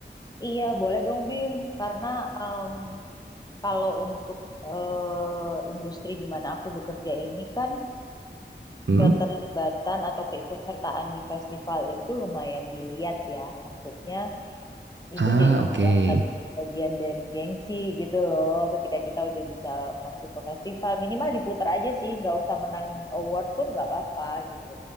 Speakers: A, on the left; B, on the right.
A: Iya, boleh dong Bim, karena em, kalau untuk eh, industri di mana aku bekerja ini kan
B: Hmm?
A: keterlibatan atau keikutsertaan di festival itu lumayan dilihat ya. Maksudnya itu
B: Ah,
A: jadi
B: oke.
A: salah
B: Okay.
A: satu bagian dari gengsi gitu loh. Ketika kita udah bisa masuk ke festival, minimal diputar aja sih, nggak usah menang award pun nggak apa-apa gitu.